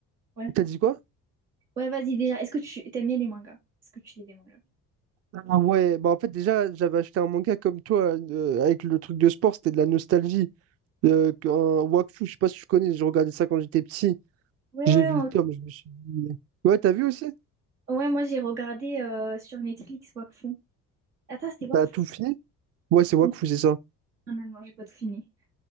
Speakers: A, on the right; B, on the right.
A: Ouais.
B: t'as dit quoi?
A: Ouais, vas-y, déjà. Est-ce que tu t'aimes bien les mangas? Est-ce que tu lis des mangas?
B: Ah ouais, bah en fait, déjà, j'avais acheté un manga comme toi, euh, avec le truc de sport, c'était de la nostalgie. Euh, un Wakfu, je sais pas si tu connais, je regardais ça quand j'étais petit.
A: Ouais,
B: J'ai
A: ouais,
B: vu
A: on-
B: le tome, je me suis dit. Ouais, t'as vu aussi?
A: ouais, moi j'ai regardé euh, sur Netflix Wakfu. Attends, c'était Wakfu?
B: T'as tout fini? Ouais, c'est Wakfu,
A: Non,
B: c'est ça.
A: non, non, j'ai pas tout fini.